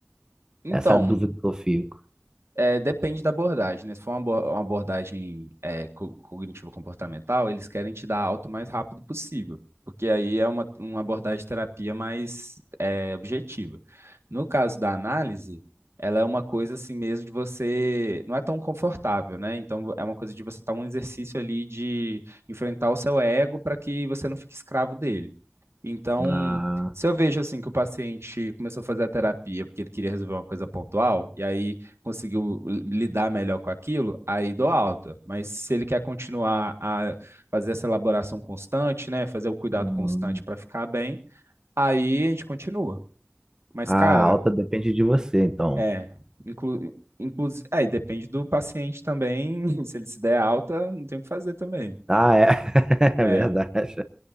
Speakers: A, on the right; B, on the right.
A: Então.
B: Essa é a dúvida que eu fico.
A: É, depende da abordagem, né? Se for uma abo- uma abordagem é, co- cognitivo-comportamental, eles querem te dar alta o mais rápido possível, porque aí é uma, uma abordagem de terapia mais é, objetiva. No caso da análise, ela é uma coisa assim mesmo de você. Não é tão confortável, né? Então é uma coisa de você estar um exercício ali de enfrentar o seu ego para que você não fique escravo dele. Então,
B: Ah,
A: se eu vejo assim que o paciente começou a fazer a terapia porque ele queria resolver uma coisa pontual e aí conseguiu eh, lidar melhor com aquilo, aí dou alta. Mas se ele quer continuar a fazer essa elaboração constante, né, fazer o cuidado
B: hum,
A: constante para ficar bem, aí a gente continua. Mas,
B: Ah,
A: cara,
B: a alta depende de você, então.
A: é, inclu, inclusive, é, e depende do paciente também. <laughs> Se ele se der alta, não tem o que fazer também.
B: Ah, é, <laughs>
A: É,
B: é verdade.